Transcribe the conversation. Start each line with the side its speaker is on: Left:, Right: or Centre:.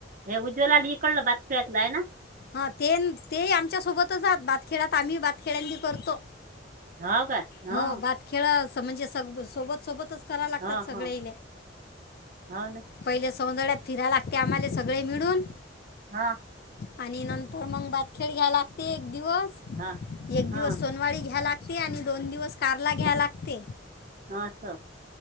Right: हे उज्ज्वला इकळलं बातक्याळ्यातलं आहे ना
Left: हा ते ते आमच्या सोबतच आात बातखेड्यात आम्ही बातखेड्यांनी करतो
Right: हो का हा
Left: हो भात खेळ म्हणजे सग सोबत सोबतच करा लागतात
Right: हा
Left: सगळे
Right: हा हो ना
Left: पहिले हिले पहीले फिरायला लागते आम्हाला सगळे मिळून
Right: हा
Left: आणि नंतर मग भातखेळ घ्या लागते एक दिवस
Right: हा
Left: एक
Right: हा
Left: दिवस सोनवाळी घ्या लागते आणि दोन दिवस कारला घ्या लागते
Right: अच्छा!